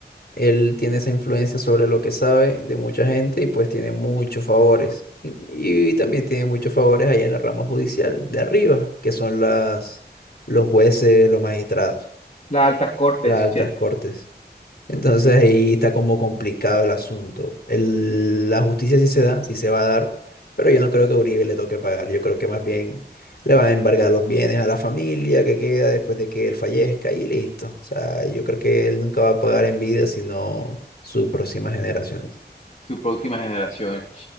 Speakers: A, on the left; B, on the left.
A: Él tiene esa influencia sobre lo que sabe de mucha gente y pues tiene muchos favores. Y, y también tiene muchos favores allá en la rama judicial de arriba, que son las, los jueces, los magistrados,
B: Las altas cortes,
A: las altas
B: ¿cierto?
A: cortes. Entonces ahí está como complicado el asunto. El- la justicia sí se da, sí se va a dar, pero yo no creo que a Uribe le toque pagar. Yo creo que más bien le van a embargar los bienes a la familia que queda después de que él fallezca y listo. O sea, yo creo que él nunca va a pagar en vida, sino sus próximas generaciones.
B: Sus próximas generaciones.